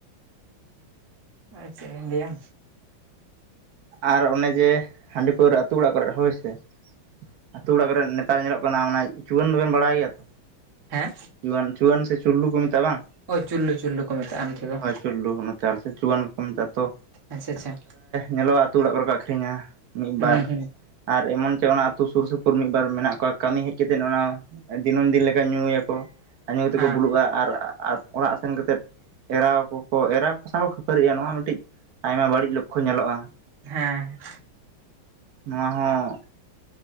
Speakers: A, on the right; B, on the right.
A: ᱟ ᱪᱮᱜ ᱤᱧ ᱞᱟ. ᱭᱟ᱾
B: ᱟᱨ ᱚᱱᱮ ᱡᱮ ᱦᱟᱺᱰᱤ ᱯᱟᱹᱣᱨᱟᱹ ᱟᱹᱛᱩ ᱚᱲᱟᱜ ᱠᱚᱨᱮ ᱦᱳᱭ ᱥᱮ ᱟᱹᱛᱩ ᱚᱲᱟᱜ ᱠᱚᱨᱮ ᱱᱮᱛᱟᱨ ᱧᱮᱞᱚᱜ ᱠᱟᱱᱟ ᱚᱱᱮ ᱪᱩᱣᱟᱹᱱ ᱫᱚᱵᱮᱱ ᱵᱟᱲᱟᱭ ᱜᱮᱭᱟ ᱛᱚ
A: ᱦᱮᱸ
B: ᱪᱩᱣᱟᱹᱱ ᱪᱩᱣᱟᱹᱱ ᱥᱮ ᱪᱩᱞᱞᱩ ᱠᱚ ᱢᱮᱛᱟᱜᱼᱟ ᱵᱟᱝ
A: ᱚ ᱪᱩᱞᱞᱩ ᱪᱩᱞᱞᱩ ᱠᱚ ᱢᱮᱛᱟᱜᱼᱟ ᱱᱚᱛᱮ ᱫᱚ
B: ᱦᱳᱭ ᱪᱩᱞᱞᱩ ᱚᱱᱟᱛᱮ ᱟᱞᱮ ᱥᱮᱫ ᱪᱩᱣᱟᱹᱱ ᱠᱚ ᱢᱮᱛᱟᱜ ᱟᱛᱚ
A: ᱟᱪᱪᱷᱟ ᱟᱪᱪᱷᱟ
B: ᱧᱮᱞᱚᱜᱼᱟ ᱟᱹᱛᱩ ᱚᱲᱟᱜ ᱠᱚᱨᱮ ᱠᱚ ᱟᱠᱷᱨᱤᱧᱟ ᱢᱤᱫᱵᱟᱨ
A: ᱦᱩᱸ ᱦᱩᱸ
B: ᱟᱨ ᱮᱢᱚᱱ ᱪᱮ ᱚᱱᱟ ᱟᱹᱛᱩ ᱥᱩᱨ ᱥᱩᱯᱩᱨ ᱢᱤᱫ ᱵᱟᱨ ᱢᱮᱱᱟᱜ ᱠᱚᱣᱟ ᱠᱟᱹᱢᱤ ᱦᱮᱡ ᱠᱟᱛᱮᱫ ᱚᱱᱟ ᱫᱤᱱᱟᱹᱢ ᱫᱤᱱ ᱞᱮᱠᱟ ᱧᱩᱭᱟᱠᱚ ᱟᱨ ᱧᱩ ᱛᱮᱫ
A: ᱦᱮᱸ
B: ᱠᱚ ᱵᱩᱞᱩᱜᱼᱟ ᱟᱨ ᱚᱲᱟᱜ ᱥᱮᱱ ᱠᱟᱛᱮᱫ ᱮᱨᱟ ᱠᱚᱠᱚ ᱮᱨᱟ ᱠᱚ ᱥᱟᱶ ᱠᱚ ᱠᱷᱟᱹᱯᱟᱹᱨᱤᱜᱼᱟ ᱱᱚᱣᱟ ᱢᱤᱫᱴᱤᱡ ᱟᱭᱢᱟ ᱵᱟᱹᱲᱤᱡ ᱞᱚᱠᱠᱷᱚ ᱧᱮᱞᱚᱜᱼᱟ
A: ᱦᱮᱸ
B: ᱱᱚᱣᱟ ᱦᱚᱸ